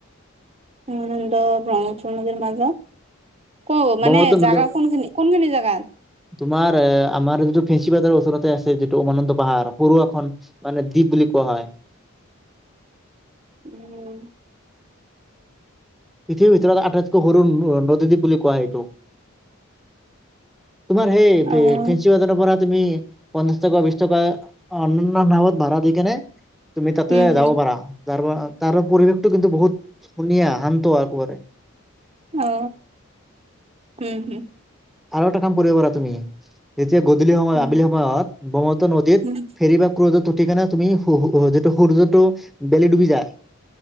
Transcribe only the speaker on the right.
উমানন্দ ব্ৰহ্মপুত্ৰ নদীৰ মাজত, ক'ত
মানে
জাগা কোনখিনি? কোনখিনি জাগাত?
উম।
অ',
উম, হম,
অ উম হম।
উম,
হম,